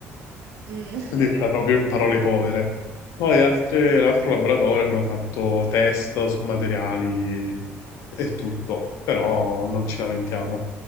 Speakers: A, on the right; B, on the left.
A: Mm,
B: Detta proprio in parole povere. Poi altre-
A: <laughs> ottimo.
B: l'altro laboratorio abbiamo fatto test su materiali e tutto, però non ci lamentiamo.